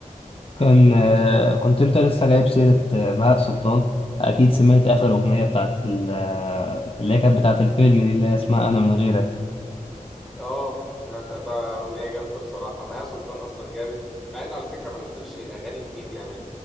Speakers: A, on the left; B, in the centre.
A: كان آه، كنت انت لسه جايب سيرة آه، بهاء سلطان اكيد سمعت اخر اغنية بتاعت ال- آه، اللي هي كانت بتاعت الفيلم دي اللي هي اسمها انا من غيرك
B: اه سمعت ده اغنيه جامده بصراحه بهاء سلطان اصلا جامد مع انه على فكره ما نزلش اغاني جديد يعني